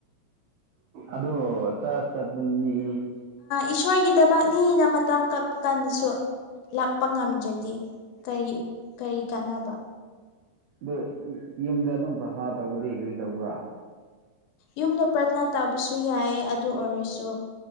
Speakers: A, on the right; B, on the left.
A: ꯑꯗꯣ ꯆꯔꯆ ꯆꯠꯄ ꯃꯤ
B: ꯏꯁꯣꯏꯒꯤ ꯗꯃꯛꯅꯤ ꯃꯇꯝ ꯀꯛꯄ ꯀꯥꯟꯗꯁꯨ ꯂꯥꯛꯄ ꯉꯝꯗ꯭ꯔꯗꯤ ꯀꯔꯤ ꯀꯔꯤ ꯀꯥꯟꯅꯕ
A: ꯑꯗꯨ ꯌꯨꯝꯗ ꯑꯗꯨꯝ ꯄ꯭ꯔꯊꯥꯅ ꯇꯧꯕꯗꯤ ꯀꯔꯤ ꯇꯧꯕ꯭ꯔꯥ
B: ꯌꯨꯝꯗ ꯄ꯭ꯔꯊꯅꯥ ꯇꯧꯕꯁꯨ ꯌꯥꯏ ꯑꯗꯨ ꯑꯣꯏꯔꯁꯨ